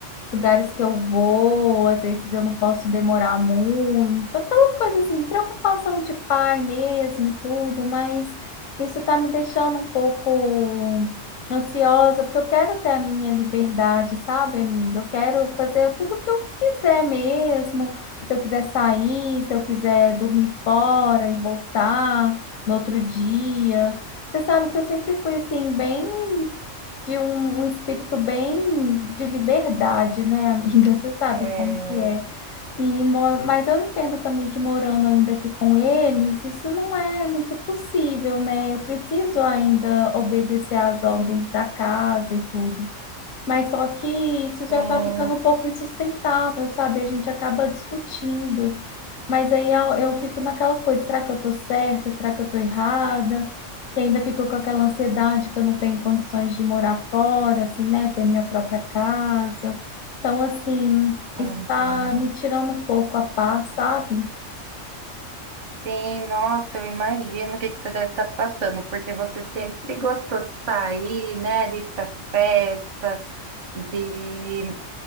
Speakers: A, on the left; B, on the right.
A: os lugares que eu vou, às vezes eu não posso demorar muito, aquelas coisas assim, preocupação de pai mesmo e tudo, mas isso tá me deixando um pouco ansiosa, porque eu quero ter a minha liberdade, sabe, amiga? Eu quero fazer tudo o que eu quiser mesmo. Se eu quiser sair, se eu quiser dormir fora e voltar no outro dia. Você sabe que eu sempre fui assim, bem de um, um espírito bem de liberdade, né, amiga? <laughs> Você sabe
B: É,
A: como que é. E, mo- mas eu entendo também que morando ainda aqui com eles, isso não é muito possível, né? Eu preciso ainda obedecer às ordens da casa e tudo. Mas só que isso já
B: sim,
A: está ficando um pouco insustentável, sabe? A gente acaba discutindo. Mas aí eu, eu fico naquela coisa, será que eu estou certa? Será que eu estou errada? E ainda fico com aquela ansiedade que eu não tenho condições de morar fora, assim, né? Ter minha própria casa. Então, assim, isso
B: uhum.
A: está me tirando um pouco a paz, sabe?
B: sim, nossa, eu imagino o que que você deve estar passando, porque você sempre gostou de sair, né? De ir para festa, de,